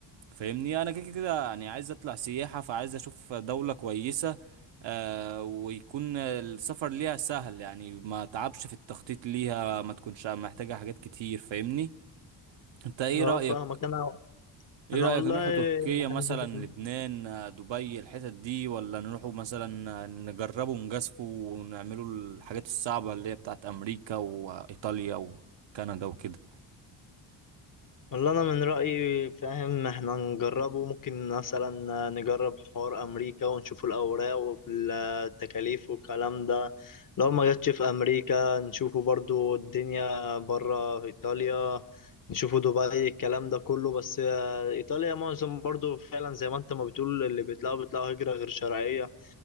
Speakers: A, on the right; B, on the left.
A: فاهمني انا كده كده يعني عايز اطلع سياحه فعايز اشوف دوله كويسه آه ويكون السفر ليها سهل يعني ما تعبش في التخطيط ليها ما تكونش محتاجه حاجات كتير فاهمني انت ايه
B: أه
A: رايك
B: فاهمك أنا
A: ايه
B: أنا
A: رأيك
B: والله
A: نروحوا
B: يعني
A: تركيا مثلا لبنان آه، دبي الحتت دي ولا نروحوا مثلا آه، نجربوا ونجازفوا ونعملوا الحاجات الصعبة اللي هي بتاعت امريكا وايطاليا وكندا وكده
B: والله انا من رايي فاهم احنا نجربه ممكن مثلا نجرب حوار امريكا ونشوف الاوراق والتكاليف والكلام ده لو ما جاتش في امريكا نشوفه برضو الدنيا بره في ايطاليا نشوفه دبي الكلام ده كله بس آه، ايطاليا معظم برضو فعلا زي ما انت ما بتقول اللي بيطلعوا بيطلعوا هجرة غير شرعية